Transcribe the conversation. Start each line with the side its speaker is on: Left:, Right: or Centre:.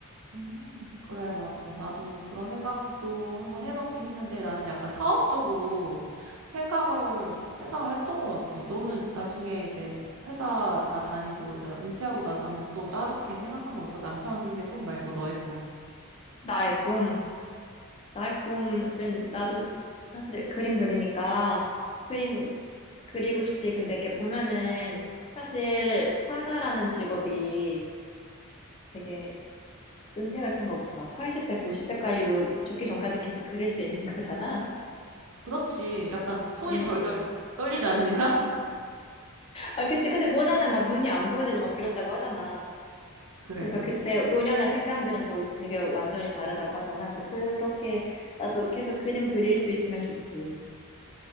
Right: 음, 그래, 맞아. 나도 그런 생각도 한번 해봤긴 했는데 나는 약간 사업적으로 생각을, 생각을 했던 것 같아. 너는 나중에 이제 회사 다 다니고, 나- 은퇴하고 나서는 또 따로 이렇게 생각한 건 없어. 남편의 꿈 말고 너의 꿈.
Left: 나의 꿈. 나의 꿈은 나도 사실 그림 그리니까 그림 그리고 싶지. 근데 이렇게 보면은 사실 화가라는 직업이 되게 은퇴 같은 거 없이 막 80대, 90대까지도 죽기 전까지 계속 그릴 수 있는 <laughs> 거잖아.
Right: 그렇지. 약간 손이
Left: 음.
Right: 덜덜 떨리지 않은 이상? <laughs>
Left: 아, 그치. 근데 모나는 막 눈이 안 보이는데도 막 그렸다고 하잖아.
Right: 그래,
Left: 그래서
Right: 맞아.
Left: 그때 노년의 색감들은 또 되게 완전히 다르다고 하잖아. 그래서 그렇게 나도 계속 그림 그릴 수 있으면 좋지.